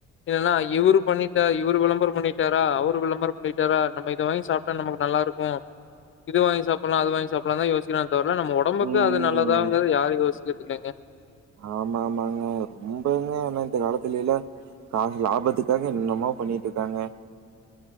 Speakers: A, on the left; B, on the right.
A: இல்லன்னா இவுரு பண்ணிட்டா இவுரு விளம்பரோ பண்ணிட்டாரா அவரு விளம்பரோபண்ணிட்டாரா நம்ம இத வாங்கி சாப் ட்டா நமக்கு நல்லாருக்கு இது வாங்கி சாப்புட்லா அது வாங்கி சாப்புட்லா தா யோசிக்கிறா தவர நம்ம ஒடம்புக்கு
B: ம்.
A: அது நல்லதாங்கறது யாரு யோசிக்கறது இல்லங்க
B: ஆமா ஆமாங்க ரொம்பங்க ஆனா இந்த காலத்துலல்ல லாப லாபத்துக்காக என்னனமோ பண்ணிட்டு இருக்காங்க